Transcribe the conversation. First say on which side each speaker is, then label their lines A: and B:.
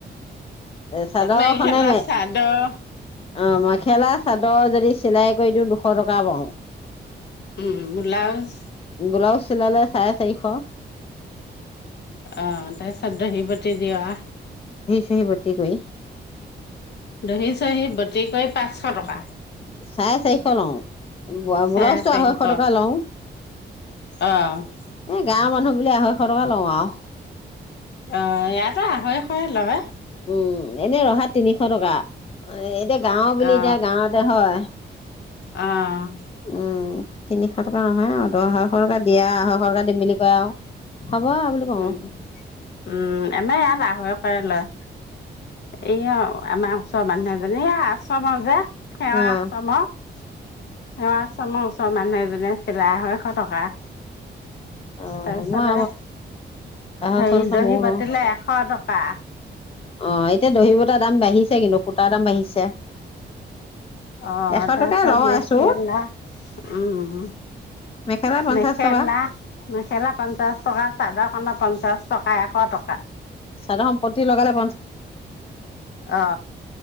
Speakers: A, on the left; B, on the left.
A: চাদৰখনে
B: মেখেলা
A: ম
B: চাদৰ
A: অ মই খেলা চাদৰ যদি চিলাই কৰি দিওঁ দুশ টকা পাওঁ
B: উম ব্লাউজ
A: ব্লাউজ চিলালে চাৰে চাৰিশ
B: অ এ চদহি পতি দা
A: <unintelligible>
B: ধহি চহি বতি কৰি পাঁচশ টকা।
A: <unintelligible> ল'ও।
B: চাৰে
A: ব্লাউজটো
B: চাৰিশ
A: আঢ়ৈশ
B: অ
A: টকা ল'ও।
B: অ
A: গাঁৱৰ মানুহ বুলি আঢ়ৈশ টকা লওঁ আৰু।
B: অ ইয়াতো আঢ়ৈশ লয়
A: উম এনে ৰহা তিনিশ টকা এতিয়া গাও বুলি
B: অ
A: এতিয়া গাঁৱতে হয়।
B: অ'।
A: অ তিনিশ টকা নহয় আৰু দহশ টকা দিয়া আঢ়ৈশ টকা দিম বুলি কয় আৰু হ'ব বুলি কওঁ
B: উ উম এনেই ইয়াহৰি পৰা লয় এয়া আমাৰ ওচৰৰ মানুহ এজনী এইয়া আশ্ৰমৰ যে সেৱা
A: অ',
B: আশ্ৰম অ আচ মচ মানুহে <unintelligible> চিলাই আঢ়ৈশ টকা।
A: অ',
B: তাৰপিছত
A: মই আ আঢ়ৈশ
B: হেৰি
A: টকা
B: দহি
A: ময়ো
B: পাতিলে
A: লওঁ
B: এশ টকা।
A: অ', এতিয়া দহি দাম বাঢ়িছে। কিন্তু হোতা দাম বাঢ়িছে
B: অ'
A: এশ
B: তাৰপিছত
A: টকাই লওঁ
B: মেখেলা
A: আছো
B: উম
A: মেখেলা পঞ্চাশ
B: মেখেলা।
A: টকা
B: মেখেলা পঞ্চাশ টকা চাদৰ খন পঞ্চাশ টকা এশ টকা
A: চাদৰখন পতি লগালে
B: অ